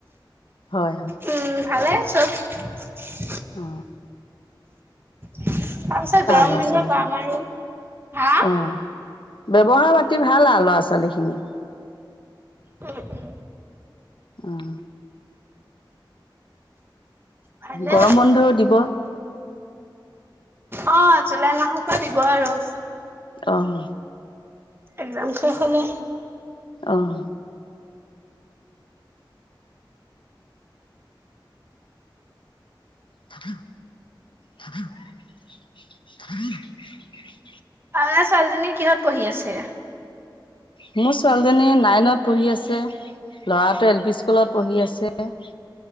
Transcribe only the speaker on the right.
উম ভালে আছো। হয় <inaudible>
তাৰ পিছত গৰম
বন্ধ
পাম আৰু হা?
উম উম।
ভালে
অ জুলাই মাহৰ পৰা দিব আৰু।
একজাম শেষ হ'লে।
আপোনাৰ ছোৱালীজনী কিহত পঢ়ি আছে?